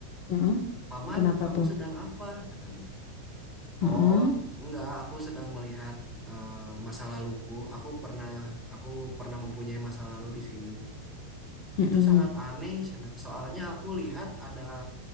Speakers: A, on the left (about 45°); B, in the centre.
A: Heeh.
B: Paman,
A: Kenapa
B: kamu
A: tuh?
B: sedang apa? katanya. Oh,
A: Mhm,
B: enggak, aku sedang melihat eh, masa laluku. Aku pernah aku pernah mempunyai masa lalu di sini.
A: mhm.
B: Itu sangat aneh, Sena. Soalnya aku lihat ada